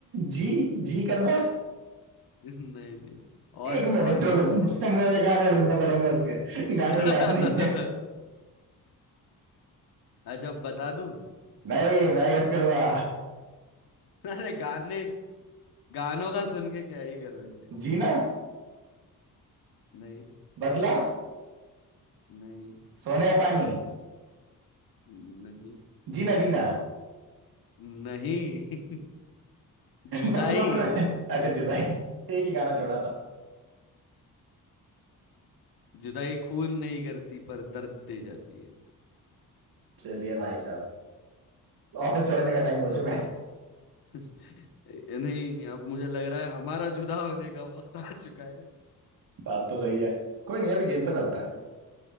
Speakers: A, on the right (about 80°); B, on the left (about 80°).
A: जी जी करना
B: <laughs> नहीं नहीं और
A: एक मिनट
B: और भी
A: रुको
B: गाने
A: मुझे
B: हैं
A: मुझे गाने ढूंढने पड़ेंगे उसके गाने
B: <laughs>
A: याद नहीं है
B: अच्छा बता दूं
A: नहीं मैं गेस करूंगा
B: <laughs> अरे गाने गानों का सुन के क्या ही करोगे
A: जीना
B: नहीं
A: बदला
B: नहीं
A: सोने का पानी
B: नहीं
A: जीना जीना
B: नहीं <laughs> जुदाई
A: बदला पूरा है अच्छा जुदाई एक ही गाना छोड़ा था
B: जुदाई खून नहीं करती पर दर्द दे जाती है
A: चलिए भाई साहब ऑफिस छोड़ने का टाइम हो
B: तो
A: चुका है
B: <laughs> नहीं अब मुझे लग रहा है हमारा जुदा होने का वक्त आ चुका
A: बात तो सही है कोई नहीं अभी गेम पे मिलता
B: है <laughs>
A: है